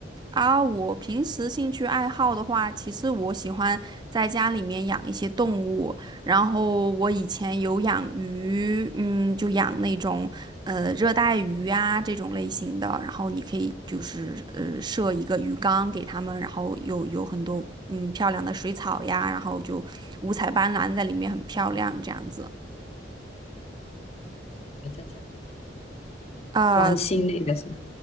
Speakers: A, on the right (about 25°); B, on the left (about 35°).
A: 啊，我平时兴趣爱好的话，其实我喜欢在家里面养一些动物，然后我以前有养鱼，嗯，就养那种呃热带鱼呀这种类型的，然后你可以就是呃设一个鱼缸给它们，然后有有很多嗯漂亮的水草呀，然后就五彩斑斓在里面很漂亮这样子。
B: 也在家里面养
A: 呃，
B: 观星类的是吗？